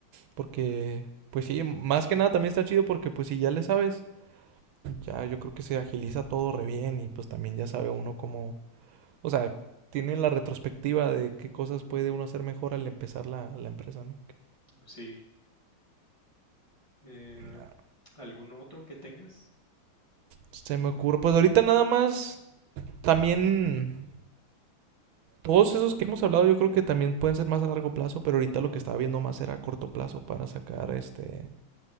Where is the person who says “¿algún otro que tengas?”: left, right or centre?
Left